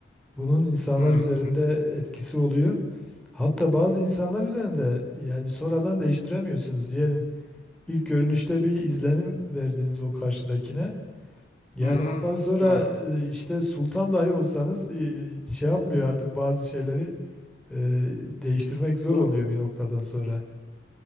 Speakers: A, in the centre; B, on the left.
A: bunun insanlar
B: Hmm,
A: üzerinde etkisi oluyor. Hatta bazı insanlar üzerinde yani sonradan değiştiremiyorsunuz. Diyelim ilk görünüşte bir izlenim verdiniz o karşıdakine. Yani
B: hmm,
A: ondan sonra
B: doğru.
A: e, işte sultan dahi olsanız e, e, şey yapmıyor artık bazı şeyleri e, değiştirmek zor
B: Doğru.
A: oluyor bir noktadan sonra.